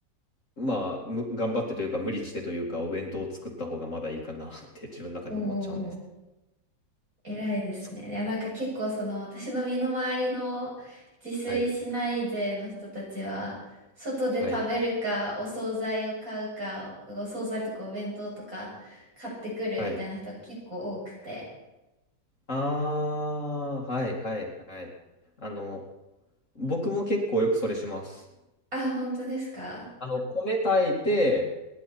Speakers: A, on the left; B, on the right.
A: まあ、む頑張ってというか、無理してというか、お弁当を作った方がまだいいかなって <laughs> 自分の中で思っちゃうんです。
B: おお。偉いですね。
A: つ
B: いや、なんか結構その私の身の回りの自炊しない勢の人たちは、
A: はい、
B: 外で食べるか、
A: はい、
B: お惣菜を買うか、お惣菜とかお弁当とか買ってくるみたいな人が結構多くて。
A: はい。あー、はい、はい、はい。あの、僕も結構よくそれします。
B: あ、本当ですか
A: あの、米炊いて、